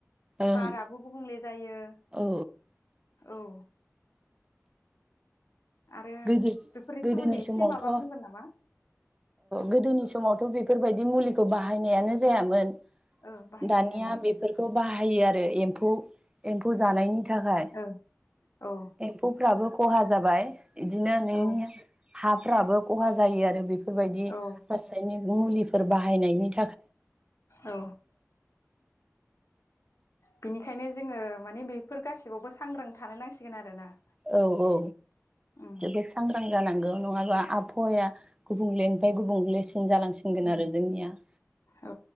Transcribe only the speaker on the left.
बाराबो गुबुंले जायो
औ आरो
बेफोरनि
सोमोन्दै एसे
माबा
बुंगोन नामा
ओ बाहायनाय
जायामोन
ओ औ
औ
औ
औ बिनिखायनो जोङो माने बेफोर गासिबावबो सांग्रां थानो नांसिगोन आरोना
उम
उम
औ